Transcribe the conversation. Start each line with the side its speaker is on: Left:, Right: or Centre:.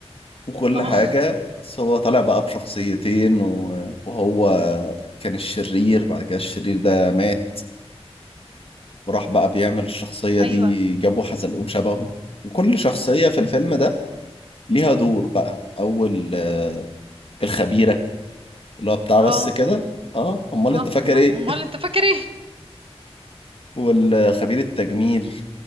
Left: وكل
Right: اه
Left: حاجه بس هو طالع بقى بشخصيتين و- وهو كان الشرير بعد كده الشرير ده مات وراح بقى بيعمل الشخصيه
Right: ايوه
Left: دي جابوا حزلقوم شبهه وكل شخصيه في الفيلم ده ليها دور بقى من اول آه، الخبيره اللي هو بتاع
Right: اه
Left: بس كده اه امال انت
Right: اه
Left: فاكر
Right: اه
Left: ايه
Right: امال انت فاكر ايه
Left: والخبير التجميل